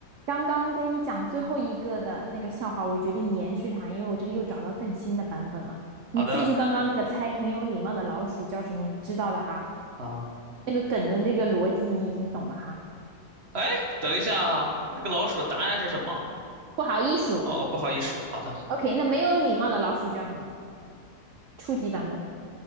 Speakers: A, on the right; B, on the right.
A: 刚刚跟你讲最后一个的那个笑话，我决定延续它，因为我这里又找到更新的版本了。你记住刚刚那个猜很有礼貌的老鼠叫什么？
B: 好的，
A: 你知道的哈，
B: 啊，
A: 那个梗的那个逻辑你已经懂了哈。
B: 哎，等一下啊，那个老鼠答案是什么？
A: 不好意思
B: 哦，不好意思，好的，
A: o k 那没有礼貌的老鼠叫什么？初级版本，